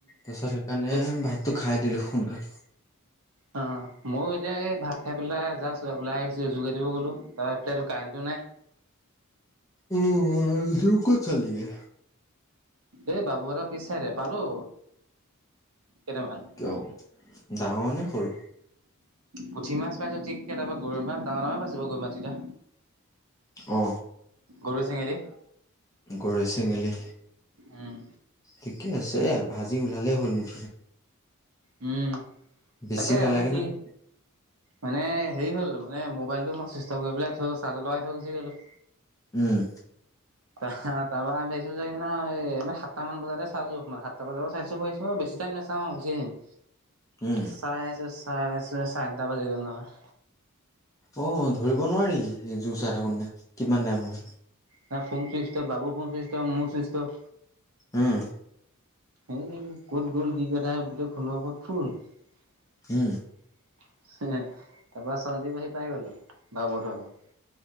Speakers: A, on the left; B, on the right.
A: দিছাচ কাৰণে
B: এ
A: ভাতটো খাই দিলো সোনকালে।
B: অ'ময়ো এতিয়া এই ভাত খাই পেলাই যাইছো ওলাই আহিছো যোগাৰ দিব গলো। তাৰ এইফালেটো কাৰেণ্টটো নাই
A: অ' যোৰ ক'ত চালিগৈ।
B: এই বাবু হয় পিছাচাইদে পালো। কেইটামান
A: কিয় ডাঙৰ নে সৰু?
B: পুঠি মাছ পাইছো ঠিককে তাৰপৰা গৰৈ মাছ ডাঙৰ ডাঙে পাইছো গৰৈ মাছকেইটা।
A: অ
B: গৰৈ, চেঙেলী।
A: গৰৈ, চেঙেলী
B: উম
A: ঠিকে আছে ভাজি ওলালেই হ'ল মোৰ।
B: উম।
A: বেছি
B: তাকে
A: নালাগে
B: মানে কি
A: নহয়।
B: মানে হেৰি হ'ল মানে মোবাইলটো মই চুইষ্ট কৰি পেলাই থয় চাৰ্জত লগাই থৈ গুচি গ'লো।
A: উম।
B: আহ তাৰ পৰা আমি ভিছো যে এ সাতটা মান বজাতে চাইছো মানে সাতটা বজাৰ পৰা চাইছো বেছি। বহুত টাইম নেচাওঁ গোচি আহিম।
A: উম
B: চাই আছো চাই আছো চাৰেআঠটা বাজি গ'ল নহয়।
A: অ' ধৰিব নোৱাৰি জোৰ চাই থাকোঁতে কোননা কিমান টাইম হয়।
B: হ ফোন চুইচতফ বাবু ফোন চুইচতফ মোৰ চুইচতফ।
A: উম।
B: এই ক'ত গ'ল কি কথা বোলে ফোনৰ ওপৰত ফোন। <unintelligible>
A: উম
B: তাৰ পৰা সঞ্জীৱ আহি পাই গ'ল হি বাবুহঁতৰ ঘৰ।